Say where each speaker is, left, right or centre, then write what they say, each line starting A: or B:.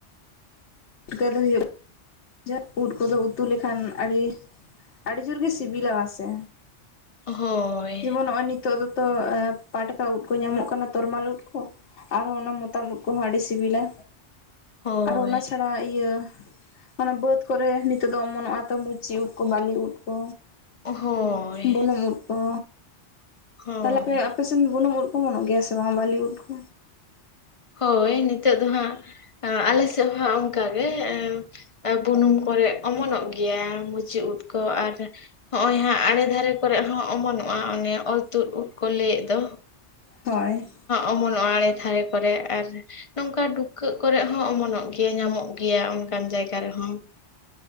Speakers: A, on the left; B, on the left.
A: ᱪᱤᱠᱟᱹ ᱫᱚ ᱦᱩᱭᱩᱜ᱾ ᱡᱟ ᱩᱫ ᱠᱚᱫᱚ ᱩᱛᱩ ᱞᱮᱠᱷᱟᱱ ᱟᱰᱤ ᱟᱰᱤ ᱡᱳᱨ ᱜᱮ ᱥᱤᱵᱤᱞᱚᱜ-ᱟ ᱥᱮ᱾
B: ᱦᱳᱭ
A: ᱡᱮᱢᱚᱱ ᱱᱚᱸᱜᱚᱭ ᱱᱤᱛᱳᱜ ᱫᱚᱛᱚ ᱯᱟᱴᱠᱟ ᱩᱫ ᱠᱚ ᱧᱟᱢᱚᱜ ᱠᱟᱱᱟ ᱛᱚᱨᱢᱟᱞ ᱩᱫ ᱠᱚ᱾ ᱟᱨᱦᱚᱸ ᱚᱱᱟ ᱢᱚᱛᱟᱢ ᱩᱫ ᱠᱚᱦᱚᱸ ᱟᱰᱤ ᱥᱤᱵᱤᱞᱟ
B: ᱦᱳᱭ
A: ᱟᱨ ᱚᱱᱟ ᱪᱷᱟᱲᱟ ᱤᱭᱟᱹ᱾ ᱚᱱᱮ ᱵᱟᱹᱫᱽ ᱠᱚᱨᱮ ᱱᱤᱛᱚᱜ ᱫᱚ ᱚᱢᱚᱱᱚᱜ-ᱟ ᱛᱚ ᱢᱩᱪᱤ ᱩᱫ ᱠᱚ ᱵᱟᱞᱤ ᱩᱫ ᱠᱚ᱾
B: ᱦᱳᱭ
A: ᱵᱩᱱᱩᱢ ᱩᱫ ᱠᱚ᱾
B: ᱦᱳᱭ
A: ᱛᱟᱦᱞᱮ ᱯᱮ ᱟᱯᱮᱥᱮᱱ ᱵᱩᱱᱩᱢ ᱩᱫ ᱠᱚ ᱚᱢᱚᱱᱚᱜ ᱜᱮᱭᱟ ᱥᱮ ᱵᱟᱝ ᱵᱟᱞᱤ ᱩᱫ ᱠᱚ?
B: ᱦᱳᱭ ᱱᱤᱛᱳᱜ ᱫᱚ ᱦᱟᱸᱜ ᱟᱸ ᱟᱞᱮ ᱥᱮᱫ ᱦᱚᱸ ᱦᱟᱸᱜ ᱚᱱᱠᱟ ᱜᱮ ᱮᱸ ᱮ ᱵᱩᱱᱩᱢ ᱠᱚᱨᱮ ᱚᱢᱚᱱᱚᱜ ᱜᱮᱭᱟ ᱢᱩᱪᱤ ᱩᱫᱽ ᱠᱚ ᱟᱨ ᱦᱚᱜᱼᱚᱭ ᱦᱟᱸᱜ ᱟᱲᱮ ᱫᱷᱟᱨᱮ ᱠᱚᱨᱮᱫ ᱦᱚᱸ ᱚᱢᱚᱱᱚᱜᱼᱟ ᱚᱱᱮ ᱚᱨ ᱛᱩᱫ ᱠᱚ ᱞᱟᱹᱭᱮᱫ ᱫᱚ᱾
A: ᱦᱳᱭ᱾
B: ᱚᱢᱚᱱᱚᱜ-ᱟ ᱟᱲᱮ ᱫᱷᱟᱨᱮ ᱠᱚᱨᱮ ᱟᱨ ᱱᱚᱝᱠᱟ ᱰᱩᱠᱟᱹᱜ ᱠᱚᱨᱮᱜ ᱦᱚᱸ ᱚᱢᱚᱱᱚᱜ ᱜᱮᱭᱲ ᱧᱟᱢᱚᱜ ᱜᱮᱭᱟ ᱚᱱ ᱚᱱᱠᱟᱱ ᱡᱟᱭᱜᱟ ᱨᱮᱦᱚᱸ᱾